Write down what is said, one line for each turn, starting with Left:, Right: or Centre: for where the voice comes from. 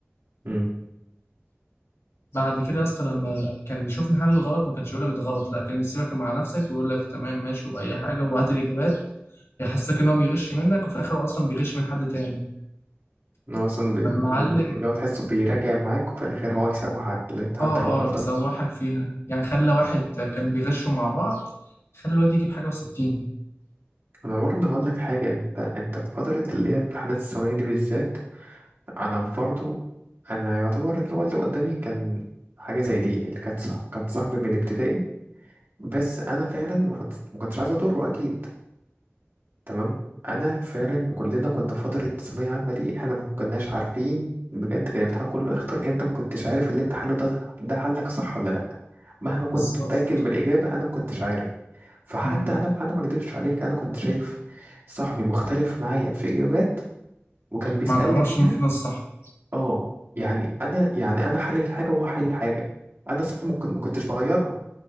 Right: امم
Left: بعد كده يا اسطى لما كان يشوفني حل الغلط ما كانش يقول لك ده غلط لا كان يسيبك مع نفسك ويقول لك تمام ماشي واي حاجه وهات الاجابات يحسسك ان هو بيغش منك وفي الاخر هو اصلا بيغش من حد تاني
Right: إن هو اصلا بي...
Left: فالمعلم
Right: اللي هو تحسه بيراجع معاك وفي الاخر هو يسوحك اللي انت حتى
Left: اه
Right: لو غلطان
Left: اه يسوحك فيها يعني خلى واحد كان بيغشوا مع بعض خلى الواد يجيب حاجه و60
Right: انا برضه هقول لك حاجه انت انت في فتره اللي هي امتحانات الثانويه دي بالذات انا برضه انا يعتبر اللي هو اللي قدامي كان حاجه زي دي اللي كان صح كان صاحبي من ابتدائي بس انا فعلا ما كنت ما كنتش عايز اضره اكيد تمام انا فعلا كلنا كنا في فتره ثانويه عامه دي احنا ما كناش عارفين بجد كان الامتحان كله اختر انت ما كنتش عارف اللي انت حله ده ده حلك صح ولا لا مهما كنت
Left: بالظبط
Right: متاكد من الاجابه انا ما كنتش عارف فحتى
Left: مم.
Right: انا انا ما اكدبش عليك انا كنت شايف صاحبي مختلف معايا في اجابات وكان بيسالني
Left: ما تعرفش
Right: فيها
Left: مين فينا الصح
Right: اه يعني انا يعني انا حلل حاجه وهو حلل حاجه انا صح ممكن ما كنتش بغيرها